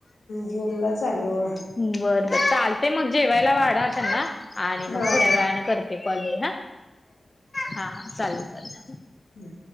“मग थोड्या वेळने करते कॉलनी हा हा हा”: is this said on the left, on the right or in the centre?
Left